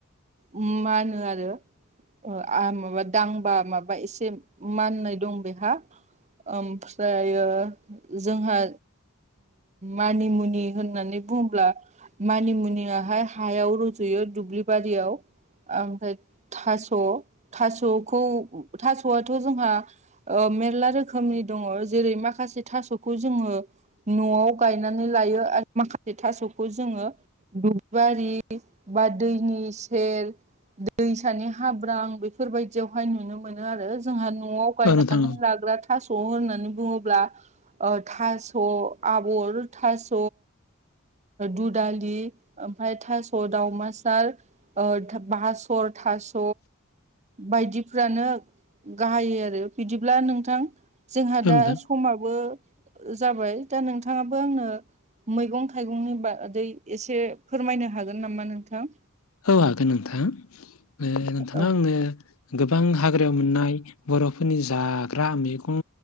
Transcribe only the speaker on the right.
उ मानो आरो ओ आ माबा दांबा माबा एसे माननाय दं बेहा ओमफ्रायो जोंहा मानिमु मुनि होननानै बुङोब्ला मानिमुनियाहाय हायाव रुजुयो दुब्लि बारियाव ओमफ्राय थास'थास'खौ थास' आथ जोंहा ओ मेरला रोखोमनि दङ जेरै माखासे थासखौ जोङो नआव गायनानै लायो आरो माखासे थासखौ जोङो दुबिबारि बा दैनि सेर दैसानि हाब्रां बेफोरबायदियावहाय नुनो मोनो आरो जोंहा नआव थगायनानै
लाग्रा थास होननानै बुङोब्ला ओ थास आबर थास दुदालि ओमफ्राय थास दावमासार ओ बासर थास' बायदिफ्रानो गाहाय आरो बिदिब्ला नोंथां जोंहा
दा
समाबो जाबाय दा नोंथाङा आंनो मैगं थाइगंनि बादै एसे फोरमायनो हागोन नामा नोंथां?
औ